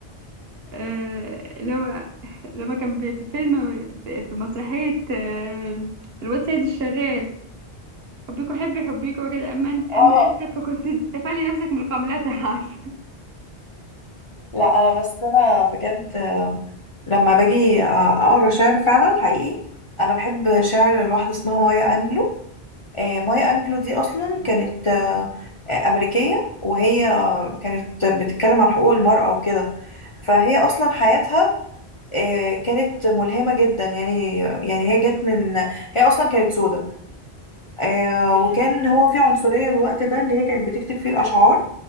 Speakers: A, on the right; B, on the left.
A: آه، اللي هو لما كان بي- في فيلم في في مسرحيه آه، الواد سيد الشغال حبيكوا حبي حبيكوا وكده اما انت اما
B: اه
A: انت فكنت تفلي نفسك من القملة عارفه
B: لا انا بس انا بجد لما باجي آه، اقرا شعر فعلا حقيقي انا بحب شعر لواحده اسمها مايا انجلو آه، مايا انجلو دي اصلا
A: مم.
B: كانت آه، آه، امريكيه وهي كانت بتتكلم عن حقوق المراه وكده فهي اصلا حياتها آه، كانت ملهمه جدا يعني يعني هي جت من هي اصلا كانت سودة آه،
A: <laughs>
B: وكان هو في عنصريه الوقت ده اللي هي كانت بتكتب فيه الاشعار